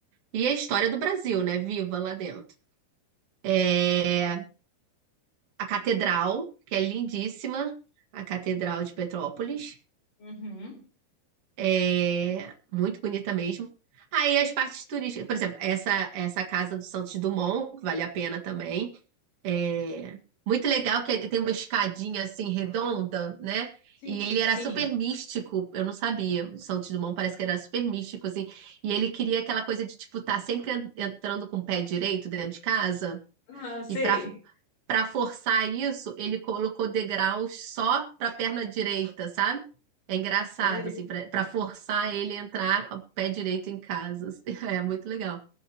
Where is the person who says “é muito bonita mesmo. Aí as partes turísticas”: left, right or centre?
Right